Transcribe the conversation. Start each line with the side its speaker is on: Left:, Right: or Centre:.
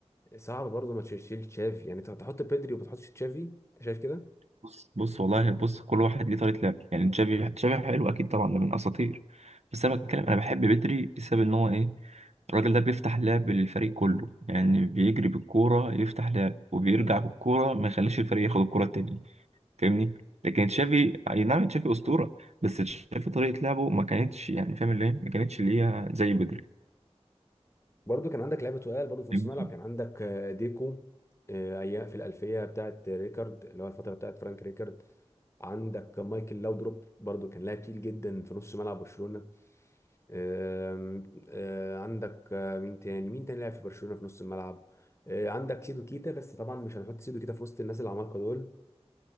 Left: صعب برضه ما تشيل تشافي يعني انت هتحط بيدري وما تحطش تشافي انت شايف كده
Right: بص بص والله بص كل واحد ليه طريقة لعب يعني تشافي تشافي حلو أكيد طبعا ده من أساطير بس أنا بتكلم أنا بحب بدري بسبب إن هو إيه الراجل ده بيفتح لعب للفريق كله يعني بيجري بالكورة يفتح لعب وبيرجع بالكورة ما يخليش الفريق ياخد الكورة التاني فاهمني لكن تشافي اي نعم تشافي اسطوره بس تشافي طريقه لعبه ما كانتش يعني فاهم اللي هي ما كانتش اللي هي زي بدري
Left: برضه كان عندك لعيبه تقال برضه في
Right: فاهمني؟
Left: نص الملعب كان عندك آه، ديكو آه، ايام في الالفيه بتاعت ريكارد اللي هو الفتره بتاعت فرانك ريكارد عندك مايكل لاودروب برضو كان لاعب تقيل جدا في نص ملعب برشلونة آم، آه، عندك آه، مين تاني مين تاني لعب في برشلونة في نص الملعب آه، عندك سيدو كيتا بس طبعا مش هنحط سيدو كيتا في وسط الناس العمالقة دول